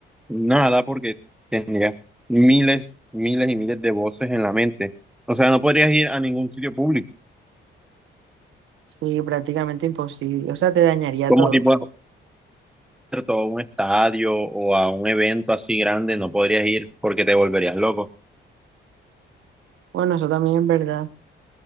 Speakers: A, in the centre; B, on the right (about 80°).
A: nada porque tendrías miles, miles y miles de voces en la mente. O sea, no podrías ir a ningún sitio público,
B: Sí, prácticamente imposible. O sea, te dañaría
A: como
B: todo.
A: tipo a un concierto, o a un estadio o a un evento así grande, no podrías ir porque te volverías loco.
B: Bueno, eso también es verdad.